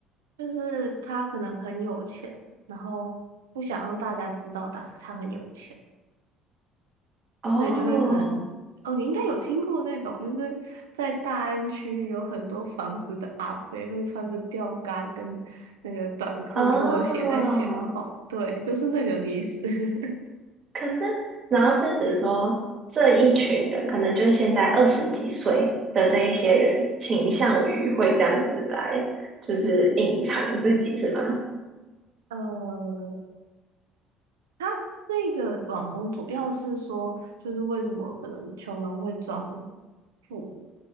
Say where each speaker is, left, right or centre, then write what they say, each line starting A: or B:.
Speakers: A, on the right; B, on the right.
A: 就是他可能很有钱，然后不想让大家知道他他很有钱，
B: 思？
A: 所以就会可能哦，
B: 哦
A: 你应该有听过那种，就是在大安区有很多房子的阿飞，会穿着吊嘎跟那个短裤拖鞋在闲晃，
B: 哦
A: 对，就是那个意思。<laughs>
B: 可是，然后是指说这一群人，可能就是现在二十几岁的这一些人，倾向于会这样子来，
A: 嗯，
B: 就是隐藏自己，是吗？
A: 呃，他那个网红主要是说，就是为什么可能穷人会装富，